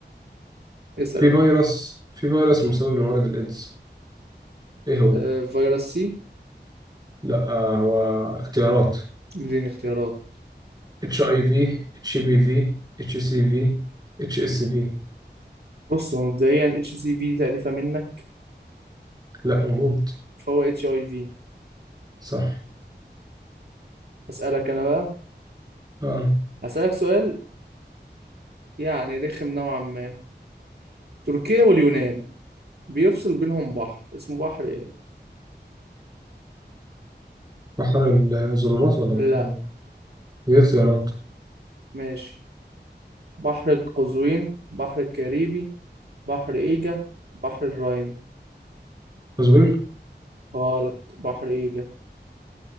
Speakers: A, on the right (about 65°); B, on the right (about 20°).
A: اسأل
B: في
A: أنت
B: فيروس في فيروس مسبب لمرض الإيدز إيه هو؟
A: آه، فيروس سي
B: لا آه، هو اختيارات
A: اديني اختيارات
B: اتش اي في اتش بي في اتش سي في اتش اس في
A: بص هو مبدئيا اتش سي في تأليفة منك
B: لا موجود
A: فهو اتش اي في
B: صح
A: أسألك أنا بقى
B: اه
A: هسألك سؤال يعني رخم نوعا ما تركيا واليونان بيفصل بينهم بحر اسمه بحر إيه؟
B: بحر الظلمات ولا
A: لا
B: بحر ايه دي اختيارات
A: ماشي بحر قزوين بحر الكاريبي بحر ايجا بحر الراين
B: مظبوطين
A: غلط بحر ايجا